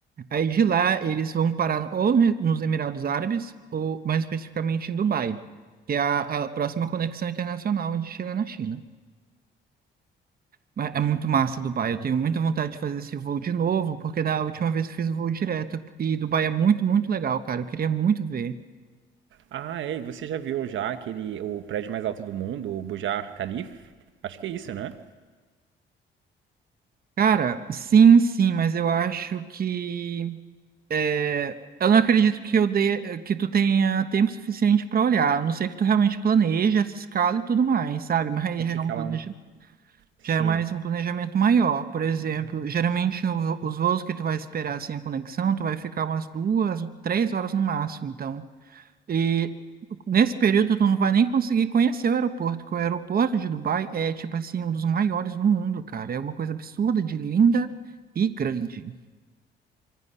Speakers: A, on the right; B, on the right.
A: Aí de lá eles vão parar no- ou ne- nos Emirados Árabes ou mais especificamente em Dubai, que é a, a próxima conexão internacional onde chega na China. Mas é muito massa Dubai, eu tenho muita vontade de fazer esse voo de novo, porque da última vez eu fiz o voo direto e Dubai é muito, muito legal, cara. Eu queria muito ver.
B: Ah, é, e você já viu já aquele, o prédio mais alto do mundo, o Burj Khalifa? Acho que é isso, né?
A: Cara, sim, sim, mas eu acho que É, eu não acredito que eu dê, que tu tenha tempo suficiente para olhar. A não ser que tu realmente planeje essa escala e tudo mais, sabe? Mas
B: Vai
A: já
B: ficar
A: é um planeja,
B: lá, um- sim.
A: já é mais um planejamento maior. Por exemplo, geralmente no- vo- os voos que tu vai esperar assim a conexão, tu vai ficar umas duas, três horas no máximo. Então, e nesse período tu não vai nem conseguir conhecer o aeroporto, porque o aeroporto de Dubai é tipo assim um dos maiores do mundo, cara. É uma coisa absurda de linda e grande,